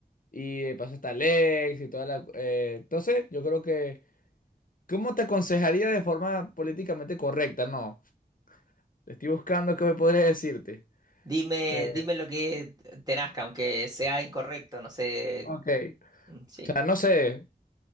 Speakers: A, on the left (about 55°); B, on the right (about 25°).
A: y eh, pasó hasta el ex y toda la. eh, entonces, yo creo que. ¿Cómo te aconsejaría de forma políticamente correcta? No, estoy buscando qué me podría decirte.
B: Dime,
A: Eh,
B: dime lo que te nazca, aunque sea incorrecto, no sé.
A: ok,
B: mm, Sí,
A: o sea, no sé,